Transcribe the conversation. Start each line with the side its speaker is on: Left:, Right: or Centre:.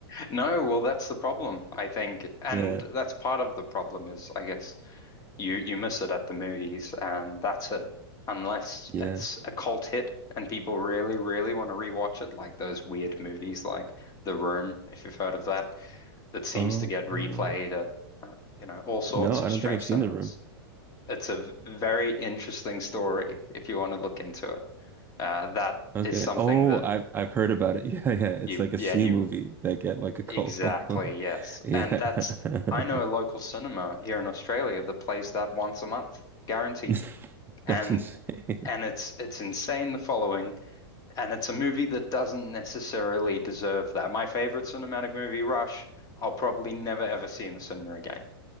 Left: No, well, that's the problem, I think. And
Right: Yeah.
Left: that's part of the problem is, I guess, you you miss it at the movies, and that's it. Unless
Right: Yeah.
Left: it's a cult hit and people really, really want to rewatch it, like those weird movies like The Room, if you've heard of that, that seems
Right: Oh.
Left: to get replayed
Right: oh.
Left: at uh, you know all sorts
Right: No, I
Left: of
Right: don't
Left: strange
Right: think I've
Left: cinemas.
Right: seen The Room.
Left: It's a v- very interesting story if you want to look into it. Uh, that
Right: Okay.
Left: is something
Right: Oh,
Left: that
Right: I've I've heard about it. <laughs> Yeah, yeah. It's
Left: you,
Right: like a
Left: yeah,
Right: C
Left: you
Right: movie that get like a cult
Left: exactly,
Right: following.
Left: yes,
Right: <laughs> Yeah.
Left: and that's I know a local cinema here in Australia that plays that once a month, guaranteed.
Right: <laughs>
Left: And
Right: That's insane.
Left: and it's it's insane the following and it's a movie that doesn't necessarily deserve that my favorite cinematic movie rush i'll probably never ever see in the cinema again